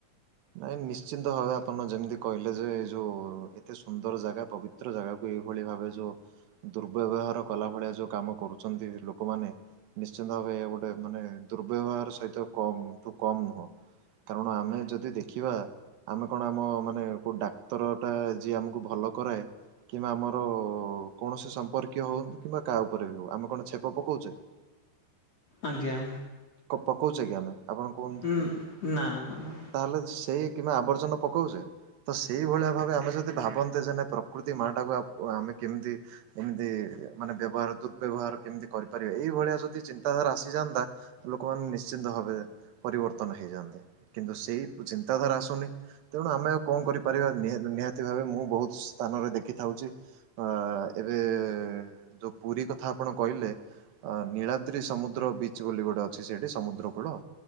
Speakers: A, on the right; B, on the left.
A: ନାଇଁ ନିଶ୍ଚିନ୍ତ ଭାବେ ଆପଣ ଯେମିତି କହିଲେ ଯେ ଏଇ ଯୋଉ ଏତେ ସୁନ୍ଦର ଜାଗା ପବି ପବିଚ୍ର ଜାଗାକୁ ଏଇଭଳି ଭାବେ ଯୋଉ ଦୁର୍ବ୍ୟବହାର କଲା ଭଳିଆ ଯୋଉ କାମ କରୁଛନ୍ତି ଏବେ ଲୋକମାନେ ନିଶ୍ଚିନ୍ତ ଭାବେ ଏହା ଗୋଟେ ମାନେ ଦୁର୍ବ୍ୟବହାର ସହିତ କମ୍ କମ ନୁହଁ। କାରଣ ଆମେ ଯଦି ଯଦି ଦେଖିବା ଆମେ କଣ ଆମ ମାନେ କୋଉ ଡାକ୍ତର ଟା ଯିଏ ଆମକୁ ଭଲ କରାଏ। କିମ୍ବା ଆମର କୌଣସି ସମ୍ପର୍କୀୟ ହଉନ୍ତୁ କିମ୍ବା କାହା ଉପରେ ବି ହଉ ଆମେ କଣ ଛେପ ପକଉଛେ।
B: ଆଜ୍ଞା।
A: ପ ପକଉଛେ କି ଆମେ ଆପଣ କୁହନ୍ତୁ ତ!
B: ଉଁ ନା ନା ନା।
A: ତାହେଲେ ସେଇ କିମ୍ବା ଆବର୍ଜନା ପକଉଛେ। ତ ସେଇଭଳିଆ ଭାବେ ଆମେ ଯଦି ଭାବନ୍ତେ ଯେ ନାଇଁ ପ୍ରକୃତି ମାଟାକୁ ଆମେ କେମିତି ଏମିତି ମାନେ ବ୍ୟବହାର ଦୁର୍ବ୍ୟବହାର କେମିତି କରିପାରିବେ ଏଇଭଳିଆ ଯଦି ଚିନ୍ତାଧାରା ଆସିଯାଆନ୍ତା। ଲୋକମାନେ ନିଶ୍ଚିନ୍ତ ଭାବେ ପରିବର୍ତ୍ତନ ହେଇଯାଆନ୍ତେ କିନ୍ତୁ ସେଇ ଚିନ୍ତାଧାରା ଆସୁନି। ତେଣୁ ଆମେ ଆଉ କଣ କରିପାରିବା ନିହାତି ନିହାତି ଭାବେ ମୁଁ ବହୁତ ସ୍ଥାନରେ ଦେଖିଥାଉଛି। ଅ ଏବେ ଯୋଉ ପୁରୀ କଥା ଆପଣ କହିଲେ। ଅ ନୀଳାଦ୍ରି ସମୁଦ୍ର ବିଚ୍ ବୋଲି ଗୋଟେ ଅଛି, ସେଇଠି ସମୁଦ୍ର କୂଳ।